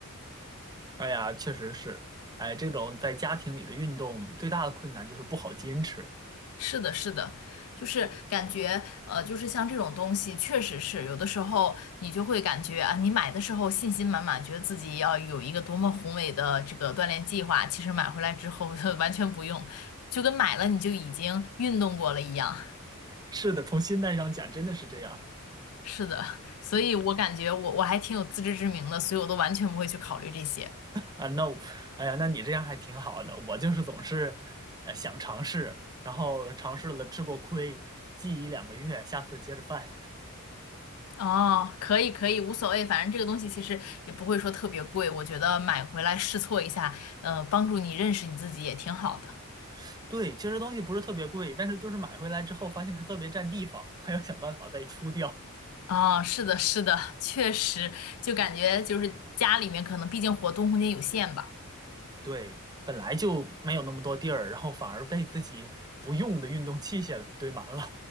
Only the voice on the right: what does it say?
哎呀，确实是，哎，这种在家庭里的运动最大的困难就是不好坚持。
是的，从心态上讲，真的是这样
啊。那我，哎呀，那你这样还挺好的。我就是总是，呃，想尝试，然后尝试了吃过亏，记一两个月，下次接着犯。
<laughs> 对，其实东西不是特别贵，但是就是买回来之后发现它特别占地方，还要想办法再出掉。
对，本来就没有那么多地儿，然后反而被自己不用的运动器械堆满了。